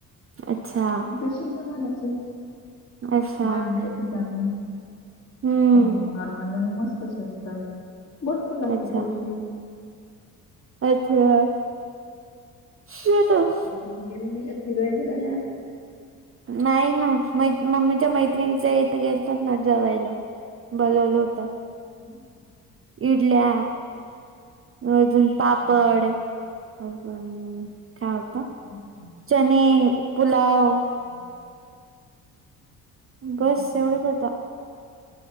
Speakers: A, on the right (about 30°); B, on the left (about 35°).
A: अच्छा.
B: कशी ग <unintelligible>
A: अच्छा
B: वाद द्यायचे चांगले
A: हम्म
B: त्या उपहार मध्ये मग मस्त शिजत, मस्त लागते
A: अच्छा
B: टेस्टी.
A: अच्छा <unintelligible>
B: कुठे गेलं नाही का, फिराय गेले नाही आज?
A: नाही ना म-मम्मीच्या मैत्रिणीच्या इथे गेलतत ना जेवायला. बोलवलं होतं.
B: हम्म.
A: इडल्या अजून पापड.
B: हम्म.
A: हो का, मग काय होतं?
B: हो का?
A: चने, पुलाव.
B: हम्म.
A: बस
B: हो का
A: एवढंच होता.